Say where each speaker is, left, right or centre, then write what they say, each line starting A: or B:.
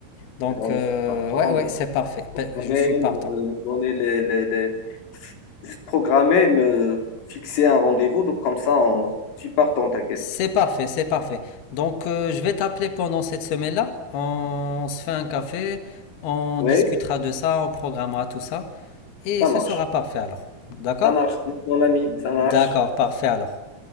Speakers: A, on the left; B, on the left.
A: Donc,
B: Bon,
A: euh,
B: je suis partant.
A: ouais, ouais,
B: donc,
A: c'est parfait.
B: Programmer,
A: Pe- Je suis partant.
B: me, me donner les, les, les- Juste programmer, me fixer un rendez-vous. Donc, comme ça, on... je suis partant, t'inquiète.
A: C'est parfait, c'est parfait. Donc, euh, je vais t'appeler pendant cette semaine-là. On se fait un café, on
B: Oui,
A: discutera de ça, on programmera tout ça. Et
B: ça
A: ce
B: marche.
A: sera parfait alors. D'accord?
B: Ça marche, mon ami,
A: D'accord,
B: ça marche.
A: parfait alors.